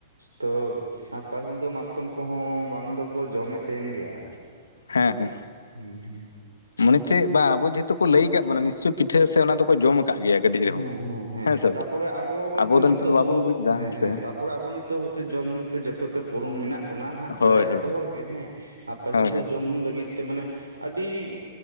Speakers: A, on the right; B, on the left.
A: ᱛᱚ ᱯᱟᱹᱦᱤᱞ ᱫᱚ ᱢᱟᱛᱠᱚᱢ ᱠᱚᱦᱚ ᱵᱟᱝ ᱫᱚᱠᱚ ᱡᱚᱢᱮᱫ ᱛᱟᱦᱮᱸᱱ ᱜᱮᱭᱟ᱾
B: ᱦᱮᱸ ᱦᱩ
A: ᱦᱮᱸ ᱦᱮᱸ
B: ᱢᱚᱱᱮ ᱪᱮᱫ ᱵᱟ ᱟᱵᱚ ᱡᱮ ᱛᱚ ᱠᱚ ᱞᱟᱹᱭ ᱟᱠᱟᱫ ᱵᱚᱱᱟ ᱱᱤᱥᱪᱳᱭ ᱯᱤᱴᱷᱟᱹ ᱥᱮ ᱚᱱᱟ ᱫᱚᱠᱚ ᱡᱚᱢ ᱟᱠᱟᱫ ᱜᱮᱭᱟ ᱠᱟᱹᱴᱤᱡ
A: ᱦᱮᱸ
B: ᱨᱮᱦᱚᱸ᱾
A: ᱦᱮᱸ ᱦᱮᱸ
B: ᱦᱮᱸᱥ ᱵᱟᱝ?
A: ᱛᱟᱯᱚᱨᱮ ᱟᱵᱚ ᱦᱭᱛᱳ ᱱᱤᱛᱚᱜ
B: ᱫᱚ ᱫᱚ
A: ᱟᱵᱚ
B: ᱵᱟᱵᱚᱱ ᱵᱩᱡ ᱮᱫᱟ
A: ᱦᱮᱸ ᱦᱮᱸ
B: ᱥᱮ
A: ᱛᱟᱯᱚᱨᱮ ᱟᱵᱚ ᱱᱤᱛᱚᱜ ᱦᱭᱛᱚ ᱡᱚᱢ ᱧᱩ ᱛᱮ ᱡᱚᱛᱚ ᱛᱮ ᱯᱩᱨᱩᱱ ᱢᱮᱱᱟᱜ ᱵᱚᱱᱟ ᱦᱟᱜ
B: ᱦᱳᱭ
A: ᱯᱨᱟᱭ ᱡᱚᱛᱚ
B: ᱦᱳᱭ
A: ᱦᱚᱲ ᱜᱮ ᱦᱮᱸ, ᱟᱨ ᱯᱟᱹᱦᱤᱞ
B: ᱦᱳᱭ
A: ᱫᱚ
B: ᱦᱳᱭ
A: ᱡᱚᱢ ᱧᱩ ᱞᱟᱹᱜᱤᱫ ᱢᱟᱱᱮ ᱟᱹᱰᱤ